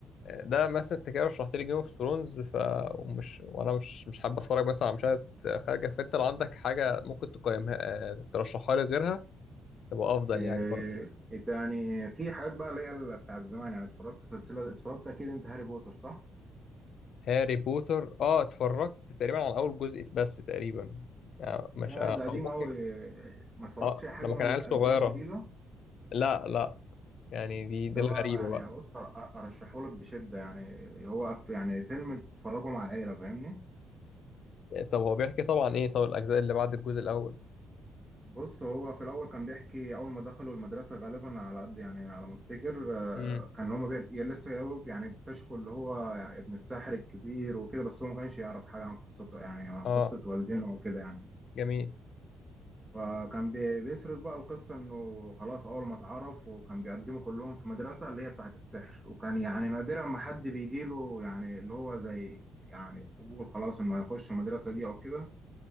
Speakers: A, on the left (about 65°); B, on the right (about 15°).
A: ده مثلا انت كده رشحت لي جيم اوف ثرونز ف ومش وانا مش مش حابب اتفرج مثلا على مشاهد خارجه فانت لو عندك حاجه ممكن تقيمها آه، ترشحها لي غيرها تبقى افضل
B: إيه
A: يعني برضه
B: إيه تاني في حاجات بقى اللي هي ال- بتاعت زمان يعني اتفرجت سلسلة اتفرجت أكيد أنت هاري بوتر صح؟
A: هاري بوتر اه اتفرجت تقريبا على اول جزء بس تقريبا يعني مش
B: يا
A: آه،
B: ده قديم
A: او ممكن
B: أوي ما اتفرجتش
A: اه
B: أي حاجة
A: لما
B: من
A: كان
B: الأجزاء
A: عيل صغيره
B: الجديدة
A: لا لا يعني دي دي
B: ده
A: الغريبه
B: بقى يعني
A: بقى
B: بص ارشحه لك بشده يعني هو أف- يعني فيلم تتفرجوا مع العيله فاهمني
A: طب هو بيحكي طبعا ايه طب الاجزاء اللي بعد الجزء الاول
B: بص هو في الاول كان بيحكي اول ما دخلوا المدرسه غالبا على قد يعني على ما افتكر آه،
A: امم
B: كان هما بي- يا لسه يا دوب يعني اكتشفوا اللي هو يعني ابن الساحر الكبير وكده بس هو ما كانش يعرف حاجه عن قصته يعني عن
A: اه
B: قصه والدينه وكده يعني
A: جميل
B: فكان بي- بيسرد بقى القصة إنه خلاص أول ما اتعرف وكان بيقدموا كلهم في مدرسة اللي هي بتاعة السحر وكان يعني نادرا ما حد بيجيله يعني اللي هو زي يعني قبول خلاص إنه هيخش المدرسة دي أو كده